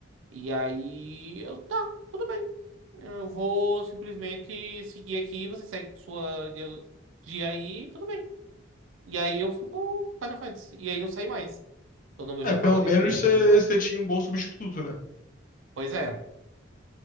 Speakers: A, on the right (about 85°); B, on the left (about 45°).
A: E aí eu, tá, tudo bem. Eu vou simplesmente seguir aqui, você segue com sua ideologia aí, tudo bem. E aí eu fui pro Final Fantasy. E aí não saí mais. Todo meu
B: É,
A: jogo
B: pelo
A: favorito
B: menos
A: mesmo,
B: você
A: de MMO.
B: tinha um bom substituto, né?
A: Pois é.